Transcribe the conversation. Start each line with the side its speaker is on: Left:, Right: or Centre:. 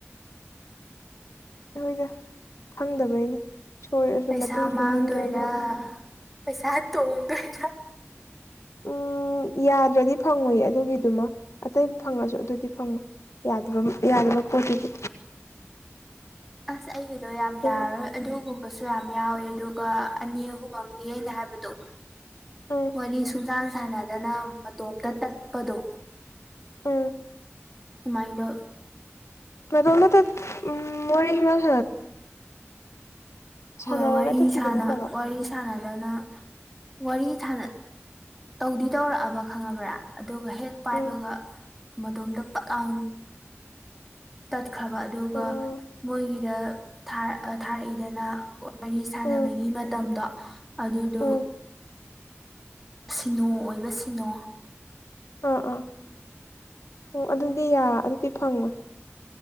Left: ꯅꯣꯏꯗ ꯈꯪꯗꯕꯩꯅꯤ ꯁꯣꯏꯔꯁꯨ
Centre: ꯄꯩꯁꯥ
Left: ꯃꯇꯨꯡ
Centre: ꯃꯥꯡꯗꯣꯏꯔꯥ
Left: ꯁꯣꯏꯍꯟꯗ꯭ꯔꯗ꯭ꯔꯣ
Centre: ꯄꯩꯁꯥ ꯇꫭꯡꯗꯔ
Left: ꯎꯝ ꯌꯥꯗ꯭ꯔꯗꯤ ꯐꯪꯉꯣꯏꯏ ꯑꯗꯨꯒꯤꯗꯨꯃ ꯑꯇꯩ ꯐꯪꯉꯁꯨ ꯑꯗꯨꯗꯤ ꯐꯪꯉꯣꯏ ꯌꯥꯗꯕ ꯌꯥꯗꯕ ꯄꯣꯠꯇꯨꯗꯤ
Centre: ꯑꯁ ꯑꯩꯒꯤꯗꯣ ꯌꯥꯝ
Left: ꯑꯗꯨꯒ
Centre: ꯌꯥꯔꯣꯏ ꯑꯗꯨꯒꯨꯝꯕꯁꯨ ꯌꯥꯝ ꯌꯥꯎꯋꯦ ꯑꯗꯨꯒ ꯑꯅꯤ ꯑꯍꯨꯝ ꯑꯃꯗꯤ ꯑꯩꯅ ꯍꯥꯏꯕꯗꯣ
Left: ꯎꯝ
Centre: ꯋꯥꯔꯤ ꯁꯨꯡꯁꯥꯡ ꯁꯥꯟꯅꯗꯅ ꯃꯇꯣꯝꯇ ꯇꯠꯄꯗꯣ
Left: ꯎꯝ
Centre: ꯃꯥꯏꯟꯗ
Left: <unintelligible> ꯎ ꯃꯣꯏ ꯍ
Centre: ꯍꯣꯏ
Left: ꯁꯥꯟꯅꯔꯒ
Centre: ꯋꯥꯔꯤ
Left: ꯇꯠꯊꯤꯕ
Centre: ꯁꯅ
Left: ꯅꯠꯇꯕ
Centre: ꯋꯥꯔꯤ ꯁꯥꯟꯅꯗꯅ ꯋꯥꯔꯤ ꯁ ꯇꯧꯗꯤ ꯇꯧꯔꯛꯑꯕ ꯈꯪꯉꯕ꯭ꯔꯥ ꯑꯗꯨꯒ ꯍꯦꯛ ꯄꯥꯏꯕꯒ
Left: ꯎꯝ
Centre: ꯃꯇꯣꯝꯇ ꯄꯥꯠ ꯂꯥꯎ ꯇꯠꯈ꯭ꯔꯕ ꯑꯗꯨꯒ
Left: ꯎꯝ
Centre: ꯃꯣꯏꯒꯤꯗ ꯊꯥꯔꯛꯏꯗꯅ ꯋꯥꯔꯤ ꯁꯥꯟꯅꯕꯒꯤ
Left: ꯎꯝ
Centre: ꯃꯇꯝꯗꯣ ꯑꯗꯨꯗꯣ
Left: ꯎꯝ
Centre: ꯁꯤꯅꯣ ꯑꯣꯏꯕ ꯁꯤꯅꯣ
Left: ꯑꯥ ꯑꯥ ꯑꯣ ꯑꯗꯨꯗꯤ ꯌꯥ ꯑꯗꯨꯗꯤ ꯐꯪꯉꯣꯏ